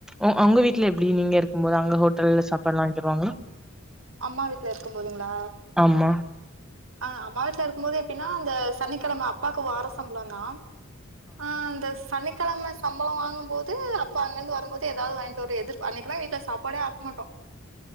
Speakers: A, in the centre; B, on the right.
A: உ உங்க வீட்ல எப்டி நீங்க இருக்கும் போது அங்க ஹோட்டல்ல சாப்பாடுலா வாங்கி தருவாங்கலா
B: அம்மா வீட்ல இருக்கும் போதுங்குளா
A: ஆமா
B: அ அம்மா வீட்ல இருக்கும்போது எப்டீன்னா அந்த சனிக்கெழம அப்பாக்கு வார சம்பளோந்தா ஆ அந்த சனிக் கெழம சம்பளோ வாங்கும்போது அப்ப அங்கிருந்து வரும்போது ஏதாவது வாங்கிட்டு ஒரு எதிர்ப்பா அன்னிக்குலா வீட்ல சாப்பாடே ஆக்க மாட்டோ